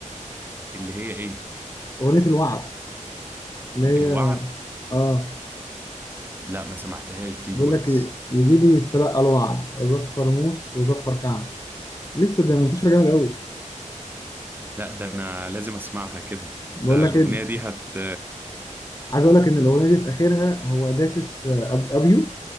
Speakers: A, on the right; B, on the left.
A: اللي هي ايه
B: أغنية الوعد اللي هي
A: الوعد
B: آه
A: لا ما سمعتهاش دي الويجز
B: بيقول لك إيه، يجي لي استلقى الوعد أظفر موس وأظفر كعب لسه ده منتشر جامد قوي
A: لا ده انا لازم اسمعها كده
B: بقول
A: ده
B: لك
A: الأغنية
B: إيه
A: دي هت
B: عايز أقول لك إن الأغنية دي في آخرها هو داسس آه، أب- أبيو